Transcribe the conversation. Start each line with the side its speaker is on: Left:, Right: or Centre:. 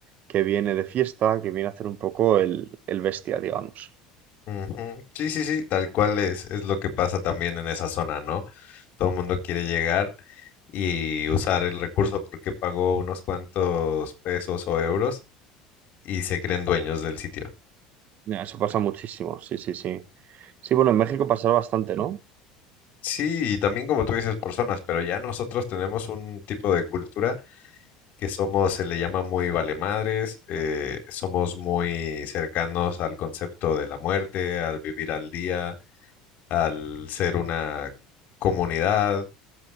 Right: que viene de fiesta, que viene a hacer un poco el, el bestia, digamos.
Left: Ujú. Sí, sí, sí, tal cual es, es lo que pasa también en esa zona, ¿no? Todo el mundo quiere llegar y usar el recurso porque pagó unos cuantos pesos o euros y se creen dueños del sitio.
Right: Ya, eso pasa muchísimo, sí, sí, sí. Sí, bueno, en México pasa bastante, no
Left: Sí, y también como tú dices, personas, pero ya nosotros tenemos un tipo de cultura que somos, se le llama muy valemadres, eh, somos muy cercanos al concepto de la muerte, al vivir al día, al ser una comunidad.